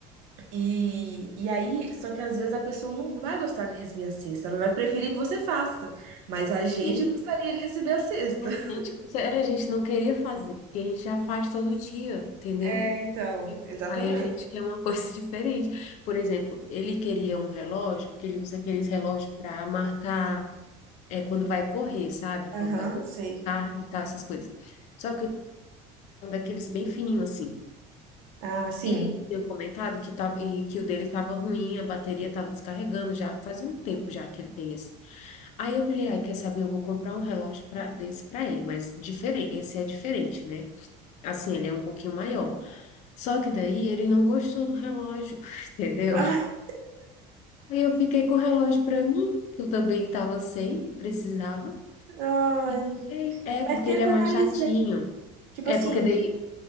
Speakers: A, on the right; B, on the left.
A: E, e aí, só que às vezes a pessoa não vai gostar de receber a cesta, ela vai preferir que você faça, mas a
B: Sim,
A: gente gostaria de receber a cesta.
B: a
A: <laughs>
B: gente, a gente não queria fazer, porque a gente já faz todo dia, entendeu?
A: É, então,
B: Tipo,
A: exatamente.
B: Aí a gente quer uma coisa <laughs> diferente. Por exemplo, ele queria um relógio, porque ele usa aqueles relógios para marcar é, quando vai correr, sabe?
A: Aham,
B: Quando vai correr,
A: sei.
B: tarde e tal, essas coisas. Só que o um daqueles bem fininho assim.
A: Ah, sim.
B: E ele tinha comentado que, tava, e que o dele estava ruim, a bateria estava descarregando já, fazia um tempo já que ele tem esse. Aí eu falei, ai, quer saber? Eu vou comprar um relógio pra, desse para ele, mas diferente, esse é diferente, né? Assim, ele é um pouquinho maior. Só que daí ele não gostou do relógio, <laughs> entendeu?
A: <laughs>
B: Aí eu fiquei com o relógio para mim, que eu também estava sem, precisava.
A: ah
B: E
A: ai.
B: fiquei, é,
A: Mas
B: porque
A: tenta
B: ele é mais
A: analisar.
B: chatinho.
A: Tipo
B: É,
A: assim,
B: porque daí